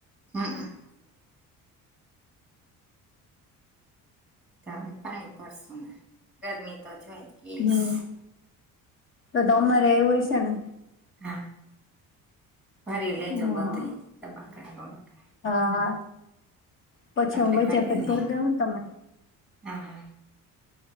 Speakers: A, in the centre; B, on the left.
A: <inaudible> <unintelligible> પાણી ભરશું ને ગરમી તો છેજ <unintelligible>
B: હમ તો તમારે આવ્યું હશે ને
A: હા. ભરી લેજો
B: હા
A: બધું <unintelligible> <unintelligible>
B: હા. પછી
A: એટલે
B: હું વચ્ચે
A: ઘટે
B: <unintelligible>
A: નહી
B: ભર દે હોન તમેં?
A: હા.